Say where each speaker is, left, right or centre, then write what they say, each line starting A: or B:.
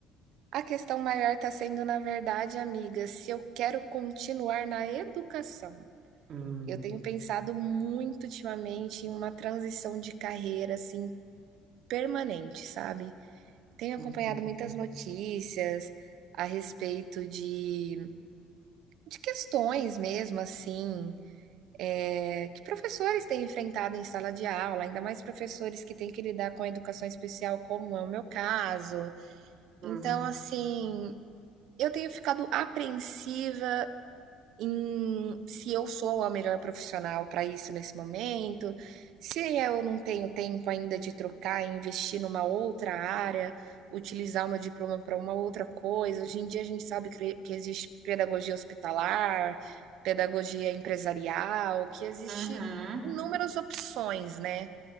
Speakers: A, on the right; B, on the right.
A: A questão maior está sendo, na verdade, amiga, se eu quero continuar na educação.
B: Hum,
A: Eu tenho pensado muito ultimamente em uma transição de carreira assim permanente, sabe? Tenho
B: entendi.
A: acompanhado muitas notícias a respeito de, de questões mesmo assim é, que professores têm enfrentado em sala de aula, ainda mais professores que têm que lidar com a educação especial, como é o meu caso.
B: hum,
A: Então, assim, eu tenho ficado apreensiva, em se eu sou a melhor profissional para isso nesse momento, se eu não tenho tempo ainda de trocar e investir numa outra área, utilizar o meu diploma para uma outra coisa. Hoje em dia a gente sabe que existe pedagogia hospitalar, pedagogia empresarial, que existe
B: uhum,
A: inúmeras opções, né?